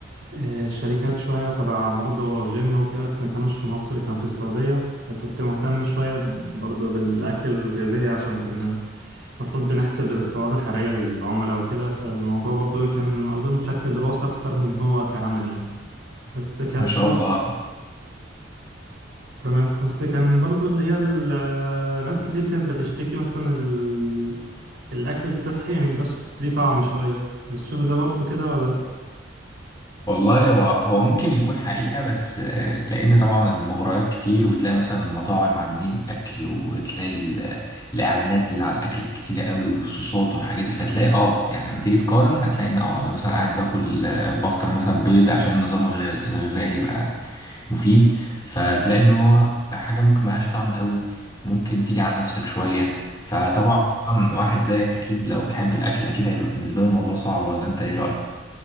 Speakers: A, on the right; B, on the left.
A: آه، شركات شوية وتبع برضه جيم وكده بس ما كانوش في مصر كان في السعودية فكنت مهتم شوية برضه بالأكل الغذائي عشان كنا المفروض بنحسب السعرات الحرارية للعملاء وكده فالموضوع برضه كان واخدينه بشكل دراسة أكتر من هو كعمل يعني بس كانت
B: ما شاء الله
A: تمام بس كان برضو اللي هي ال- ناس كتير كانت بتشتكي مثلا ال... الأكل الصحي ميبقاش ليه طعم شوية انت بتشوف ده برضو كده ولا لأ؟
B: والله هو هو ممكن يكون حقيقة بس آه، لأن طبعا المغريات كتير وتلاقي مثلا المطاعم عاملين أكل وتلاقي ال- الإعلانات اللي على الأكل كتيرة قوي والصوصات والحاجات دي فتلاقي اه يعني لما تيجي تقارن هتلاقي إن اه أنا مثلا قاعد باكل آه، بفطر مثلا بيض عشان النظام الغ- الغذائي يبقى مفيد فتلاقي إن هو حاجة ممكن ملهاش طعم قوي ممكن تيجي على نفسك شوية فطبعا واحد زيك أكيد لو بيحب الأكل أكيد هيبقى بالنسبة له الموضوع صعب ولا أنت إيه رأيك؟